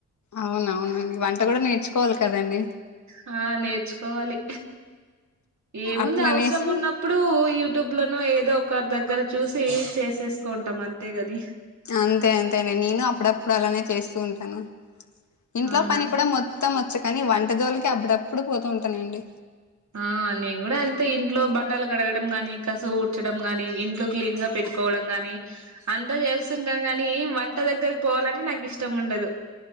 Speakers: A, on the left; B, on the right.
A: అవునవునండి వంట కూడా నేర్చుకోవాలి కదండి
B: హా నేర్చుకోవాలి ఏముంది
A: అట్లనేసి
B: అవసరం ఉన్నప్పుడు యూట్యూబ్ లో నో ఏదో ఒకరి దగ్గర చూసి చేసేసుకుంటాం అంతే గది
A: అంతే అంతే అం నేను అప్పుడప్పుడు అలానే చేస్తూ ఉంటాను ఇంట్లో
B: అవునా
A: పని కూడా మొత్ త్తం వచ్చు కానీ వంట జోలికె అప్పుడప్పుడు పోతూ ఉంటానండి
B: ఆ నేను కూడా అంతే ఇంట్లో బండలు కడగడం గానీ కసు కుడ్చడం గాని ఇంట్లో క్లీన్ గా పె కోవడం గాని అంతా చేస్తుంటాం కాని వంట దగ్గరకి పోవాలంటే నాకు ఇష్టం ఉండదు